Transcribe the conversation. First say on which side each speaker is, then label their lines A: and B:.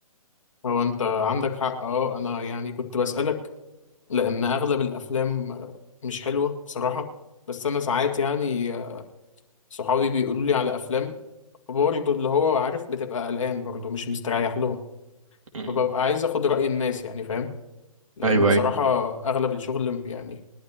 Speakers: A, on the left (about 60°); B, on the right (about 60°).
A: هو انت عندك حق اه انا يعني كنت بسألك لأن أغلب الأفلام مش حلوة بصراحة بس أنا ساعات يعني صحابي بيقولوا لي على أفلام برضه اللي هو عارف بتبقى قلقان برضه مش مستريح لهم
B: م-م.
A: فببقى عايز أخد رأي الناس يعني فاهم لأن
B: ايوه
A: بصراحة
B: ايوه
A: أغلب الشغل يعني